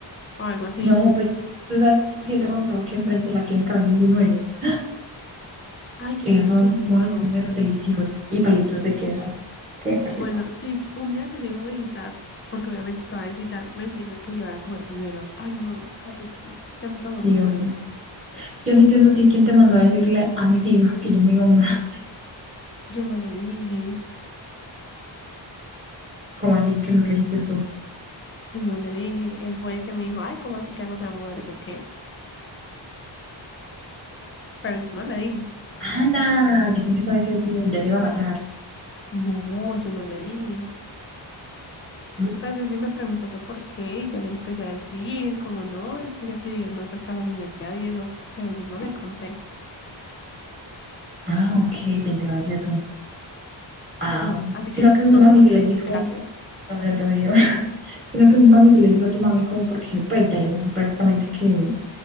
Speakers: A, on the left; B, on the right.
A: o algo así.
B: No, pues tú sabes que yo te he contado que enfrente de la clínica venden buñuelos.
A: Ay, qué
B: Eh, son
A: rico.
B: unos buñuelos deliciosos y palitos de queso. Qué
A: Bueno,
B: rico.
A: si un día te llego a visitar, porque obviamente te va a visitar, me tienes que llevar a comer buñuelos. Ay, no, qué rico. Ya me antojé un
B: Sí,
A: buñuelo.
B: obvio. Yo no entiendo a ti quién te mandó a decirle a mi tío <laughs> que yo me iba a mudar.
A: Yo no le dije,
B: <laughs> ¿Cómo así que no le dijiste tú?
A: yo no le dije. Él fue el que me dijo, ay, ¿cómo así que ya no se va a mudar? Y yo, ¿qué? Pero yo no le dije.
B: Anda, yo pensé que había sido tú, ya te iba a matar.
A: No, yo no le dije.
B: ¿no?
A: Pues él sí me preguntó que por qué, y yo le empecé a decir, como no, es que ya quiere ir más cerca a la universidad y eso, pero yo no le conté.
B: Ah, ok, pensé que había sido tú. Ah,
A: No, así
B: sino
A: que
B: que mi
A: no
B: mami
A: me odias
B: se le dijo,
A: gracias.
B: no, no te odio, <laughs> sino que mi mami se le dijo a tu mami como porque pues ya yo me voy prácticamente que